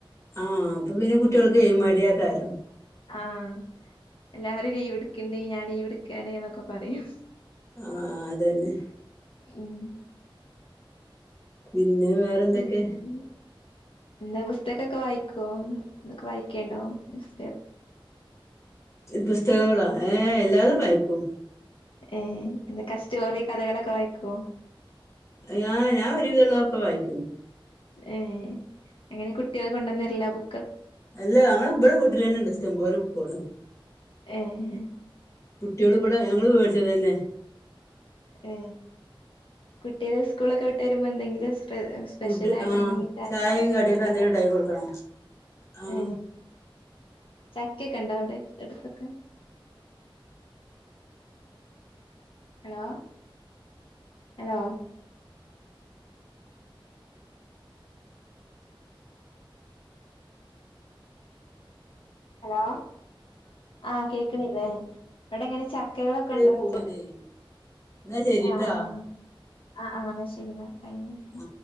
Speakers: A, on the left; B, on the left.
A: ആഹ് അപ്പൊ പിന്നെ കുട്ടിൾക്ക് എ മടിയ ആ കാരം
B: ആഹ് എല്ലാരും ലീവ് എടുക്ണ്ട് ഞാൻ ലീവ് എടുക്കാണ് ന്നൊക്കെ പറിം
A: ആഹ് അതന്നെ
B: ഉം
A: പിന്നെ വേറെ എന്തൊക്കെ
B: പിന്നെ എന്താ പുസ്തകൊക്കെ വായിക്കോ തൊക്കെ വായിക്കേണ്ടോ സ്
A: ച് പുസ്തകങ്ങളോ ഏ എല്ലാതും വായിക്കും
B: ഏ ന്തൊക്കാ സ്റ്റോറി കഥകളൊക്കെ വായിക്കോ
A: ഹ് ഞാഞാൻ ഒരു വിതെള്ളൊക്കെ വായിക്കും
B: ഏ അങ്ങനെ കുട്ട്യോ കൊണ്ടോന്ന്ര്ല ബു
A: അല്ല അങ്ങളെ ബടെ വീട്ടിലന്നെ ഇണ്ട് ഇസ്റ്റം പോലെ ബുക്കേള്
B: ഏഹെ
A: കുട്ട്യേള് ഇബടെ ഞങ്ങള് വിേടിച്ചത് ന്നെ
B: ഏ കുട്ട്യേള് സ്കൂളൊക്കെ വിട്ട് വരുമ്പോ എന്തെങ്കിലുംസ് പെ എ സ്പെഷെലായിട്ട്
A: ഫുഡ് ആഹ്
B: എന്തെങ്കി ചായക്ക്കടിയോ
A: ചായയും കടിയൊക്കെ
B: അങ്നൊക്കെ
A: എന്തേലും
B: ണ്ടാക്
A: ഉണ്ടാക്കി കൊടുക്കണം ആഹ്
B: ഹെ ചക്കൊക്കെ ണ്ടോ അവിടെ എടുത്തൊക്കെ ഹലോ ഹലോ ഹലോ ആഹ് കേക്ണ്ല്ലേ വിടെങ്ങനെ ചക് ക്കെകളൊക്കെ
A: എടീ
B: ണ്ടോയ്ച്ച
A: പോവ്ണ്ടേ എന്നാ ശരിട്ടാ
B: ആ ആഹ് ആ ആാ ന്ന ശരി ന്നാ ടൈം ആയി
A: ആഹ്